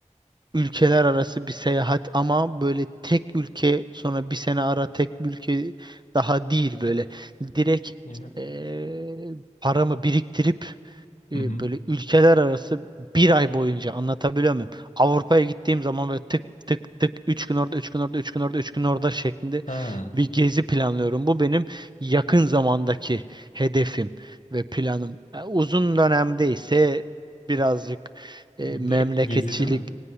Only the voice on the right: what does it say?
ülkeler arası bir seyahat ama böyle tek ülke sonra bir sene ara tek bir ülke daha değil böyle. Direkt
e, paramı biriktirip e,
böyle ülkeler arası bir ay boyunca anlatabiliyor muyum? Avrupa'ya gittiğim zaman böyle tık tık tık 3 gün orada 3 gün orada 3 gün orada 3 gün orada şeklinde
bir gezi planlıyorum. Bu benim yakın zamandaki hedefim ve planım. E, Uzun dönemde ise birazcık e,
memleketçilik